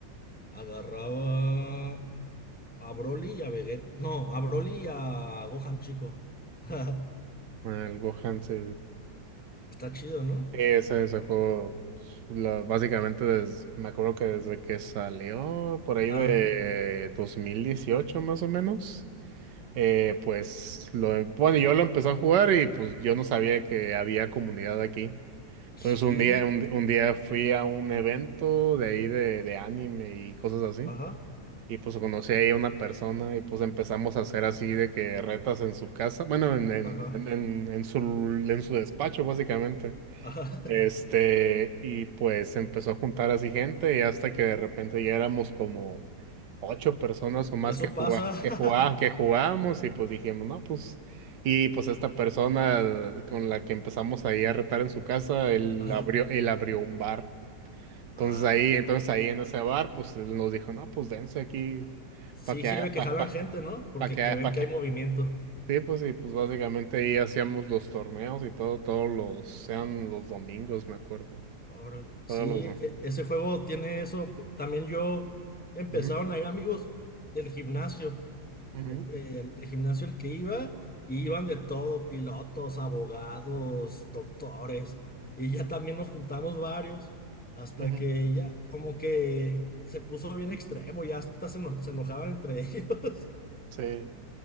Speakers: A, in the centre; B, on the right (about 70°).
A: agarraba a Broly y a Vegeta. No, a Broly y a Gohan Chico. <laughs>
B: ah, el Gohan, sí.
A: Está chido, ¿no?
B: Ese, ese juego, pues, la- básicamente des- me acuerdo que desde que salió, por ahí
A: Ajá.
B: de 2018 más o menos, eh, pues lo, bueno, yo lo empecé a jugar y pues yo no sabía que había comunidad aquí. Entonces
A: Sí.
B: un día, un, un día fui a un evento de ahí de, de anime y cosas así.
A: Ajá.
B: Y pues conocí ahí a una persona y pues empezamos a hacer así de que retas en su casa, bueno, en, en,
A: Ajá.
B: en, en en su, en su despacho básicamente.
A: Ajá.
B: Este, y pues empezó a juntar así gente y hasta que de repente ya éramos como ocho personas
A: <laughs>
B: o más
A: Eso
B: que jugá-
A: pasa. <laughs>
B: que jugá- que jugábamos y pues dijimos, no, pues, y pues esta persona con la que empezamos ahí a retar en su casa, él
A: Ajá.
B: abrió, él abrió un bar. Entonces
A: Ah.
B: ahí, entonces ahí en ese bar, pues él nos dijo, no, pues dense aquí
A: Sí,
B: para que
A: sirve
B: haga,
A: que
B: para
A: jalan
B: pa, pa
A: gente, ¿no? Porque
B: pa que
A: que
B: haga,
A: ven
B: pa que.
A: que hay movimiento.
B: Sí, pues y pues básicamente ahí hacíamos los torneos y todo, todos los, sean los domingos, me acuerdo.
A: Órale. Sí,
B: Todos los,
A: e- ese juego tiene eso. También yo empezaron
B: Ujú,
A: a ir amigos del gimnasio.
B: Ujú,
A: de- eh, al- del gimnasio al que iba, y iban de todo, pilotos, abogados, doctores, y ya también nos juntamos varios, hasta
B: ujú.
A: que ya como que se puso bien extremo, ya hasta se, eno- se enojaban entre <laughs> ellos.
B: Sí,